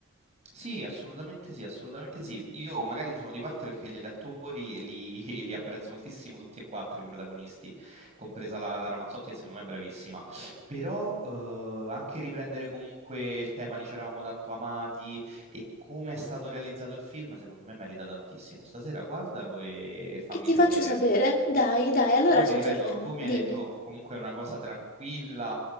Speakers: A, on the right; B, on the left.
A: Sì, assolutamente sì, assolutamente sì. Io magari sono di parte perché gli attori li, <laughs> li apprezzo moltissimo tutti e quattro i protagonisti, compresa la, la Ramazzotti, che secondo me è bravissima. Però eh, anche riprendere comunque il tema di C'eravamo tanto amati e come è stato realizzato il film, secondo me merita tantissimo. Stasera guardalo e fammi
B: E ti
A: sapere.
B: faccio sapere, dai, dai, allora
A: Poi
B: ci
A: ti ripeto,
B: aggiorniamo,
A: tu mi
B: dimmi.
A: hai detto comunque è una cosa tranquilla,